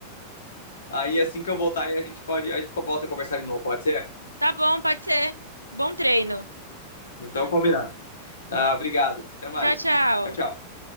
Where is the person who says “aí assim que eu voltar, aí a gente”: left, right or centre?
Left